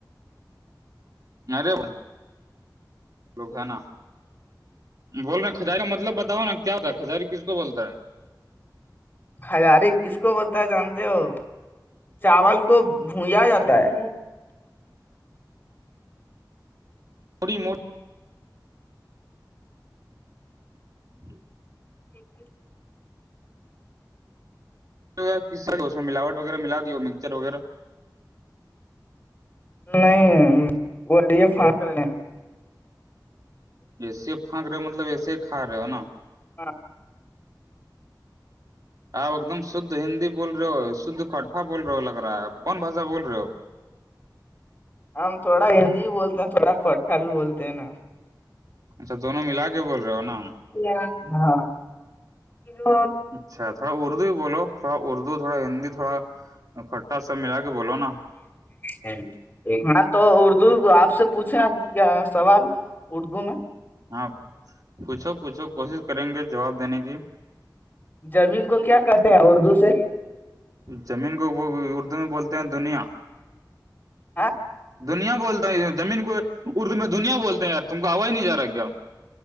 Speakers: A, on the right; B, on the left.
A: ارے لگانا بول رہے کھجاری کا مطلب بتاؤ نا کیا ہوتا ہے کھجاری کس کو بولتا ہے
B: ہزاری کس کو بولتا ہے جانتے ہو چاول کو بھجا جاتا ہے
A: تھڑی مو <inaudible>
B: ایک
A: میں ملاوٹ وغیرہ ملا دی اور مکسچر وغیرہ
B: نہیں وہ یہ فا رہ
A: ایسے پھنک رہے ہو مطلب ایسے ہی کھا رہے ہو نا
B: ہاں
A: آپ ایک دم شدھ ہندی بول رہے ہو شدھ کٹھا بول رہے ہو لگ رہا ہےپ کون بھا بول رہے ہو
B: ہم تھوڑا ہندی بھی بولتے ہیں تھوڑا کوٹھا بھی بولتے ہیں نا
A: اچھا دونوں ملا کے بول رہے ہو نا
B: ال ہاں کلو
A: اچھا تھوڑا اردو ہی بولو تھوڑا اردو تھوڑا ہندی تھوڑا ا کٹھا سب ملا کے بولو نا
B: ہوں ہاں تو اردو آپ سے پوچھے کیا سوال اردو میں
A: ہاں پوچھو پوچھو کوشش کریں گے جواب دینے کی
B: زمین کو کیا کہتے ہیں اردو سے
A: زمین کو اردو میں بولتے ہیں دنیا
B: آ
A: دنیا بولتا ہے زمین کو اردو میں دنیا بولتے ہیں یار تم کو ہووا ہی نہیں جا رہا کیا